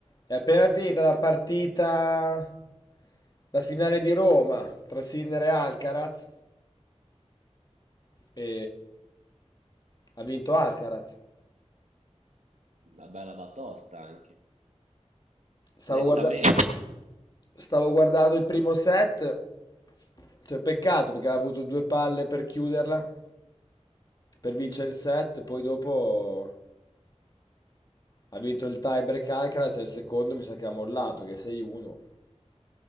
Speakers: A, on the left (about 35°); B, on the right (about 80°).
A: È appena finita la partita, la finale di Roma tra Sinner e Alcaraz e ha vinto Alcaraz.
B: una bella batosta anche,
A: Stavo
B: nettamente.
A: guarda- stavo guardando il primo set, cioè peccato perché aveva avuto due palle per chiuderla, per vincere il set, poi dopo ha vinto il tiebreak Alcaraz e il secondo mi sa che ha mollato, che è 6-1.